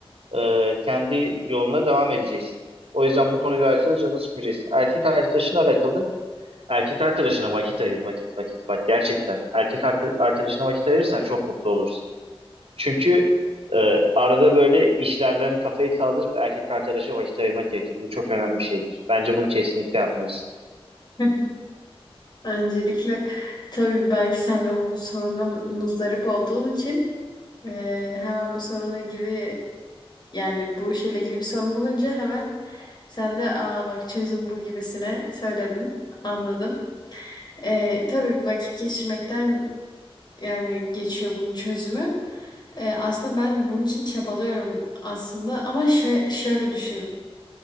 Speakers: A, on the right; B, on the left.
A: e, kendi yoluna devam edeceksin. O yüzden bu konuyla alakalı canını sıkmayacaksın. Erkek arkadaşınla alakalı da erkek arkadaşına vakit ayır, vakit, vakit, bak gerçekten. Erkek ar- arkadaşına vakit ayırırsan çok mutlu olursun. Çünkü e, arada böyle işlerden kafayı kaldırıp erkek arkadaşa vakit ayırmak gerekir. Bu çok önemli bir şeydir. Bence bunu kesinlikle yapmalısın.
B: <laughs> Öncelikle tabii belki sen de bu soruna muzdarip olduğun için e, hemen bu sorunla ilgili yani bu şeyle ilgili bir sorun bulunca hemen Sen de aa bak çözüm bu gibisine söyledin. Anladım. Ee, tabii vakit geçirmekten yani geçiyor bunun çözümü. Ee, aslında ben bunun için çabalıyorum aslında ama şö- şöyle düşün.